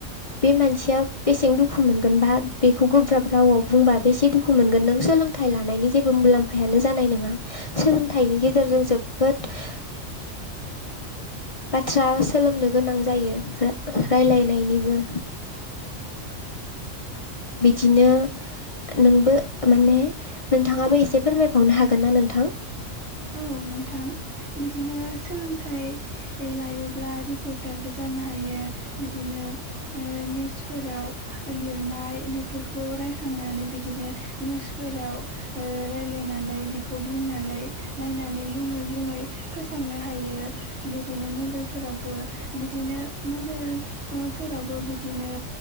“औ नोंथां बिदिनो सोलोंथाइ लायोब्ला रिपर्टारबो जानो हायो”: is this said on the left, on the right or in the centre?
Right